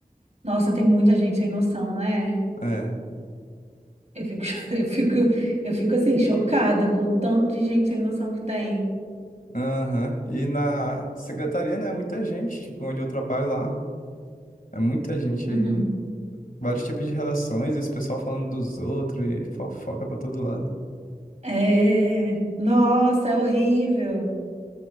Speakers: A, on the right; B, on the left.
A: Nossa, tem muita gente sem noção, né?
B: É.
A: Eu fico, <laughs> eu fico, eu fico assim, chocada com o tanto de gente sem noção que tem.
B: Aham. E na secretaria, né? Muita gente, tipo, onde eu trabalho lá. É muita gente
A: Uhum.
B: aí. Vários tipos de relações, e os pessoal falando dos outros, e fofoca pra todo lado.
A: É. Nossa, é horrível.